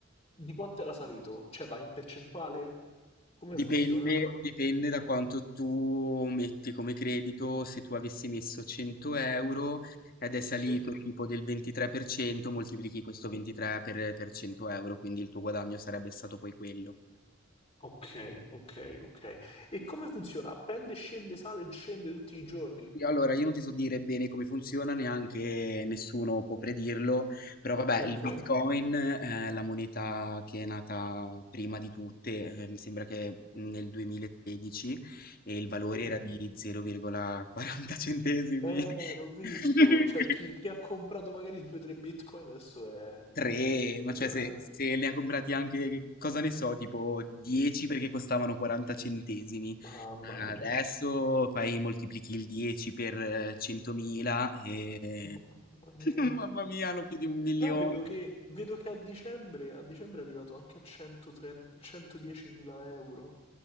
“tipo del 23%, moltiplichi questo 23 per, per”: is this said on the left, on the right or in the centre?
Left